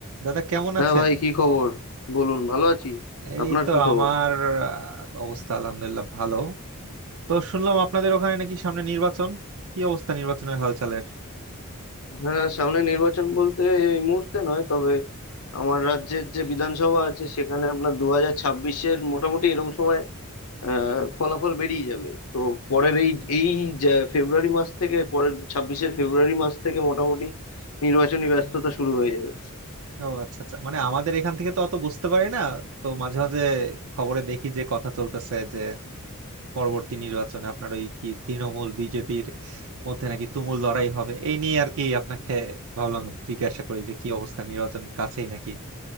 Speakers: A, on the right (about 75°); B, on the left (about 80°).
A: দাদা কেমন
B: হ্যাঁ
A: আছেন
B: ভাই কি খবর বলুন ভালো আছি
A: এই
B: আপনার
A: তো
B: কি খবর
A: আমার আহ, অবস্থা আলহামদুলিল্লাহ ভালো তো শুনলাম আপনাদের ওখানে নাকি সামনে নির্বাচন কি অবস্থা নির্বাচনের হালচালের
B: হ্যাঁ সামনে নির্বাচন বলতে এই মুহূর্তে নয় তবে আমার রাজ্যের যে বিধানসভা আছে সেখানে আপনার দু হাজার ছাব্বিশের মোটামুটি এরকম সময় আহ, ফলাফল বেরিয়ে যাবে তো পরের এই এই যে ফেব্রুয়ারি মাস থেকে পরের ছাব্বিশের ফেব্রুয়ারি মাস থেকে মোটামুটি নির্বাচনী ব্যস্ততা শুরু হয়ে যাবে
A: ও আচ্ছা আচ্ছা মানে আমাদের এখান থেকে তো অত বুঝতে পারি না তো মাঝে মাঝে খবরে দেখি যে কথা চলতেছে যে পরবর্তী নির্বাচনে আপনার ওই কি তৃণমূল বিজেপির মধ্যে নাকি তুমুল লড়াই হবে এই নিয়ে আর কি আপনাকে ভাবলাম জিজ্ঞাসা করি যে কি অবস্থা নির্বাচন কাছেই নাকি